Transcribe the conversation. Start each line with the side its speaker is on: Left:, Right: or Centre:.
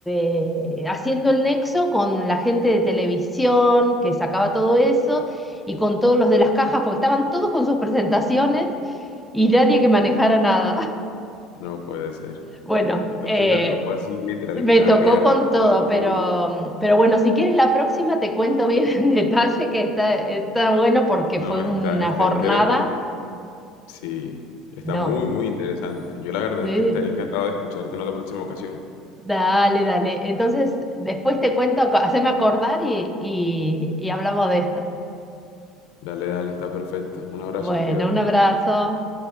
Centre: eh, haciendo el nexo con la gente de televisión que sacaba todo eso y con todos los de las cajas, porque estaban todos con sus presentaciones. Y nadie que manejara nada. <laughs>
Left: no puede ser.
Centre: Bueno,
Left: Entonces
Centre: eh,
Left: te tocó así, literal,
Centre: me
Left: carrear
Centre: tocó con
Left: todo
Centre: todo,
Left: el producto.
Centre: pero, pero bueno, si quieres la próxima te cuento bien en <laughs> detalle que está, está bueno porque
Left: No,
Centre: fue
Left: está,
Centre: una
Left: está
Centre: jornada.
Left: interesante, Sí, está
Centre: No,
Left: muy, muy interesante. Yo la verdad
Centre: sí,
Left: es que estaría encantado de escucharte en otra próxima ocasión.
Centre: dale, dale. Entonces, después te cuento, haceme acordar y, y, y hablamos de esto.
Left: Dale, dale, está perfecto. Un abrazo,
Centre: Bueno,
Left: cuídate.
Centre: un abrazo.